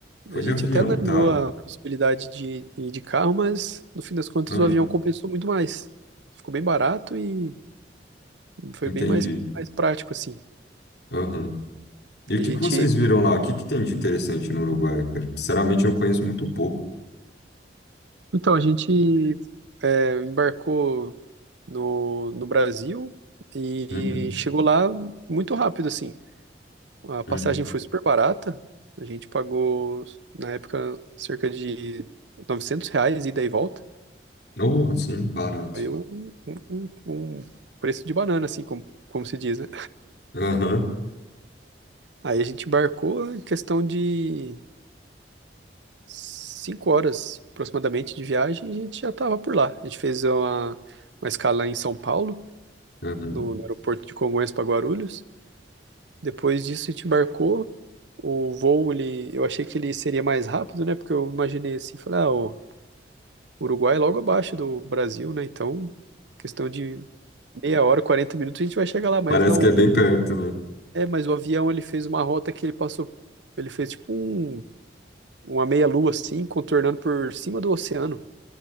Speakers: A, on the left (about 60°); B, on the right (about 80°).
A: Foi
B: A gente
A: de avião,
B: até analisou
A: tá.
B: a possibilidade de ir de carro, mas no fim das contas
A: Ah,
B: o avião compensou muito mais. Ficou bem barato e foi
A: entendi.
B: bem mais, mais prático, assim.
A: Aham. E o
B: A
A: que
B: gente,
A: que vocês viram lá? O que que tem de interessante no Uruguai? cara? Sinceramente, eu conheço muito pouco.
B: então, a gente é, embarcou no, no Brasil e
A: Uhum,
B: chegou lá muito rápido, assim. A passagem
A: uhum.
B: foi super barata. A gente pagou, na época, cerca de 900 reais ida e volta.
A: Oh, sim, barato.
B: Foi um, um, um um preço de banana, assim, como, como se diz, né?
A: Aham,
B: Aí a gente embarcou em questão de cinco horas aproximadamente de viagem, e a gente já estava por lá. A gente fez uma, uma escala em São Paulo,
A: aham.
B: no, no aeroporto de Congonhas para Guarulhos. Depois disso a gente embarcou. O voo, ele, eu achei que ele seria mais rápido, né? Porque eu imaginei assim, falei, ah, o Uruguai é logo abaixo do Brasil, né? Então, questão de meia hora, 40 minutos a gente vai chegar lá, mas
A: Parece
B: não,
A: que é bem perto, né?
B: é, mas o avião ele fez uma rota que ele passou, ele fez tipo um uma meia-lua assim, contornando por cima do oceano.